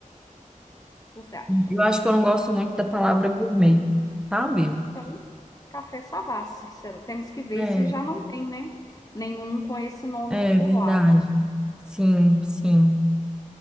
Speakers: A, on the left; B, in the centre.
A: você acha?
B: Eu acho que eu não gosto muito da palavra gourmet, sabe?
A: Então, Café Savassi, será? Temos que ver
B: É,
A: se já não tem, né, nenhum com esse nome
B: é
A: por
B: verdade.
A: lá.
B: Sim, sim.